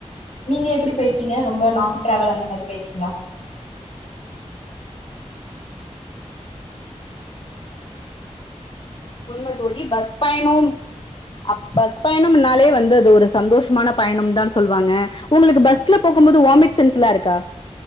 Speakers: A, on the left; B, on the left.
A: நீங்க எப்டி போய்ருக் கீங்க ரொம்ப லாங் ட்ராவல் அந்த மாரி போய் இருக்கிங்ளா
B: உண்ம தோழி பஸ் பயணோ அ பஸ் பயணம்னாலே வந்து அது ஒரு சந்தோஷமான பயணம் தா சொல்லுவாங்க உங்களுக்கு பஸ்ல போகும்போது வாமிட் சென்ஸ்லா இருக்கா